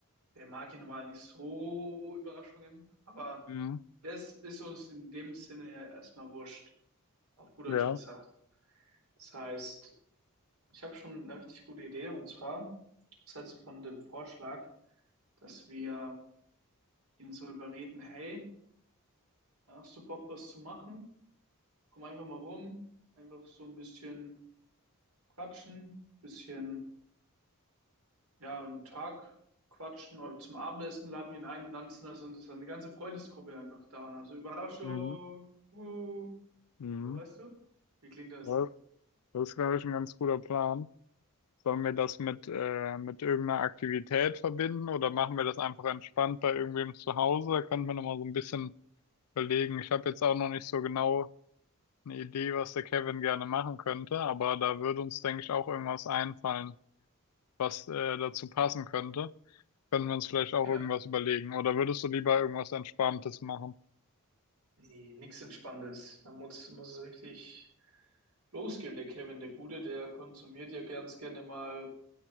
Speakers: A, on the right; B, on the left.
A: der mag ja normal nicht so Überraschungen, aber
B: Mhm.
A: das ist uns in dem Sinne ja erstmal wurscht, auf gut Deutsch
B: Ja.
A: gesagt. Das heißt, ich habe schon eine richtig gute Idee, und zwar, was hältst du von dem Vorschlag, dass wir ihn so überreden, hey, hast du Bock, was zu machen? Komm einfach mal rum, einfach so ein bisschen quatschen, bisschen, ja, einen Tag quatschen oder zum Abendessen laden wir ihn ein und dann sind das, und das ist eine ganze Freundesgruppe einfach da. Und also Überraschung,
B: Mhm.
A: uh,
B: Mhm.
A: so, weißt du? Wie klingt das?
B: Das, das ist, glaube ich, ein ganz guter Plan. Sollen wir das mit, äh, mit irgendeiner Aktivität verbinden oder machen wir das einfach entspannt bei irgendwem zu Hause? Da könnten wir nochmal so ein bisschen überlegen. Ich habe jetzt auch noch nicht so genau eine Idee, was der Kevin gerne machen könnte, aber da würde uns, denke ich, auch irgendwas einfallen, was äh, dazu passen könnte. Können wir uns vielleicht auch
A: Ja,
B: irgendwas überlegen? Oder würdest du lieber irgendwas Entspanntes machen?
A: Nee, nichts Entspanntes. Da muss, muss es richtig losgehen. Der Kevin, der Gute, der konsumiert ja ganz gerne mal